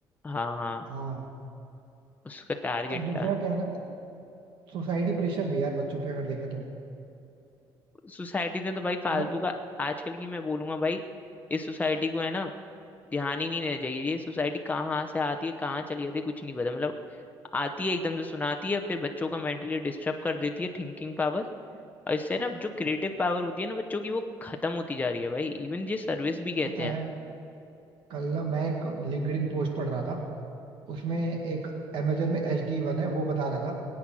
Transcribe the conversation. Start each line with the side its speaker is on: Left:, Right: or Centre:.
Left: हाँ हाँ
Right: हाँ
Left: उसका टारगेट
Right: और दूसरा
Left: था
Right: क्या है ना सोसाइटी प्रेशर भी है यार बच्चों पे अगर देखे तो
Left: सोसाइटी ने तो भाई फालतू
Right: मतलब
Left: का आजकल की मैं बोलूंगा भाई इस सोसाइटी को है ना ध्यान ही नहीं देना चाहिए ये सोसाइटी कहाँ से आती है कहाँ चली जाती है कुछ नहीं पता मतलब आती है एकदम से सुनाती है फिर बच्चों का मेंटली डिस्टर्ब कर देती है थिंकिंग पावर और इससे ना जो क्रिएटिव पावर होती है ना बच्चों की वो खत्म होती जा रही है भाई इवन ये सर्विस भी कहते
Right: पता
Left: हैं
Right: है कल ना मैं एक लिंक्डइन पोस्ट पढ़ रहा था उसमें एक अमेजन में एच डी वन है वो बता रहा था